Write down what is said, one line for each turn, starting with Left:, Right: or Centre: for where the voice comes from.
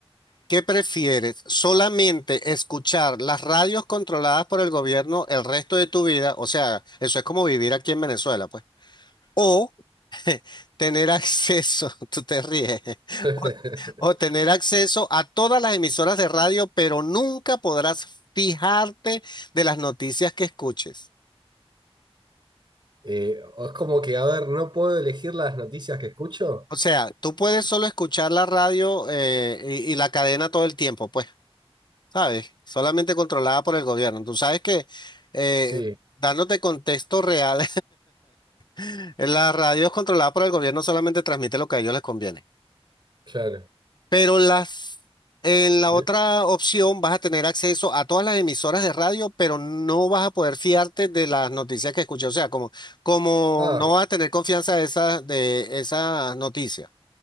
Left: ¿qué prefieres? ¿Solamente escuchar las radios controladas por el gobierno el resto de tu vida? O sea, eso es como vivir aquí en Venezuela, pues. O Tener acceso, <laughs> tú te ríes, <laughs>
Right: <laughs>
Left: o, o tener acceso a todas las emisoras de radio, pero nunca podrás fijarte de las noticias que escuches.
Right: Eh, o es como que, a ver, no puedo elegir las noticias que escucho.
Left: O sea, tú puedes solo escuchar la radio eh, y, y la cadena todo el tiempo, pues, ¿sabes? Solamente controlada por el gobierno. Tú sabes que, eh,
Right: Sí,
Left: dándote contexto real, <laughs> la radio es controlada por el gobierno, solamente transmite lo que a ellos les conviene.
Right: claro.
Left: Pero las, en la
Right: Y-
Left: otra opción vas a tener acceso a todas las emisoras de radio, pero no vas a poder fiarte de las noticias que escuché. O sea, como, como
Right: Ah,
Left: no vas a tener confianza de esas, de esas noticias.